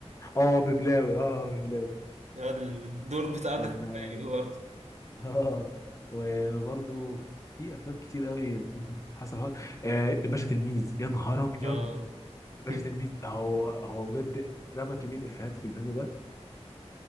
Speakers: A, on the left; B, on the right.
A: اه ببلاوي اه ببلاوي
B: الواد الدور بتاع ده
A: كان
B: كان
A: آه،
B: رايق برضه
A: اه وبرضه في افلام كتير قوي <laughs> حسن حسن آه الباشا تلميذ يا نهار ابيض
B: اه
A: الباشا
B: <laughs>
A: تلميذ هو هو بجد رمى كميه افيهات في الفيلم ده